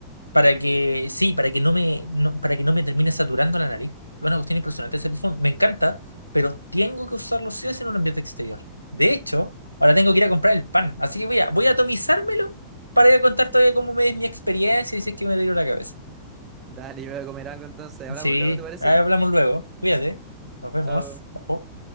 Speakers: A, on the left; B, on the right.
A: para que, sí, para que no me, no- para que no me termine saturando la nariz. Una cuestión impresionante ese perfume. Me encanta, pero tengo que usarlo sí o sí en un ambiente exterior. De hecho, ahora tengo que ir a comprar el pan. Así que voy a, voy a atomizármelo para ir a contar todavía cómo me es mi experiencia y si es que me dio la cabeza.
B: Dale, yo voy a comer algo entonces. Hablamos
A: Sí,
B: luego, ¿te parece?
A: ahí hablamos luego. Cuídate. Nos vemos.
B: Chao.
A: Chao.